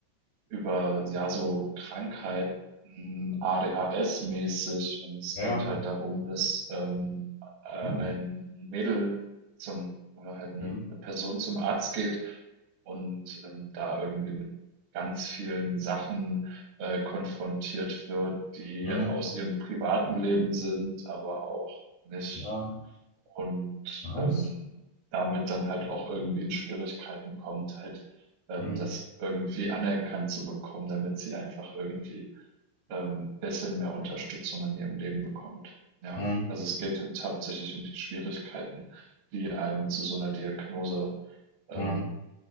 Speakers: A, on the right (about 80°); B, on the left (about 60°).
A: über ja so Krankheiten ADHS-mäßig und es
B: Ja,
A: geht halt darum, dass ähm, äh,
B: Cool.
A: ein Mädel zum oder halt eine,
B: hm,
A: eine Person zum Arzt geht und ähm, da irgendwie mit ganz vielen Sachen äh, konfrontiert wird, die
B: hm,
A: aus ihrem privaten Leben sind, aber auch nicht
B: ja,
A: und,
B: was?
A: ähm, damit dann halt auch irgendwie in Schwierigkeiten kommt, halt, ähm,
B: Hm,
A: das irgendwie anerkannt zu bekommen, damit sie einfach irgendwie, ähm, ein bisschen mehr Unterstützung in ihrem Leben bekommt. Ja,
B: hm,
A: also es geht halt hauptsächlich um die Schwierigkeiten, die einem zu so einer Diagnose, ähm,
B: hm.